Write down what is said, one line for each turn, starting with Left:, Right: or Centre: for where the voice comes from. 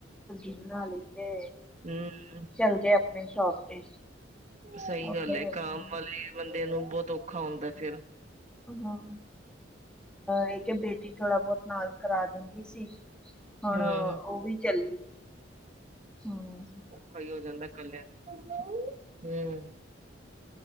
Centre: ਸਬਜ਼ੀ ਬਣਾ ਲਈ ਤੇ
Right: ਹੂੰ
Centre: ਚੱਲ ਗਏ ਅਪਣੇ ਸ਼ੋਪ ਤੇ।
Right: ਸਹੀ
Centre: ਉੱਥੇ
Right: ਗੱਲ ਏ।
Centre: ਹੀ ਆਪਣਾ-
Right: ਕਾਮ ਵਾਲੇ ਬੰਦੇ ਨੂੰ ਬਹੁਤ ਔਖਾ ਹੁੰਦਾ ਫੇਰ।
Centre: ਹਾਂ, ਏ ਆ ਕੇ ਬੇਟੀ ਥੋੜਾ ਬਹੁਤ ਨਾਲ। ਕਰਾ ਦਿੰਦੀ ਸੀ, ਹੁਣ
Right: ਹੂੰ
Centre: ਉਹ ਵੀ ਚੱਲੀ ਹੂੰ।
Right: ਔਖਾ ਹੀ ਹੋ ਜਾਂਦਾ ਕੱਲੇ ਹੂੰ।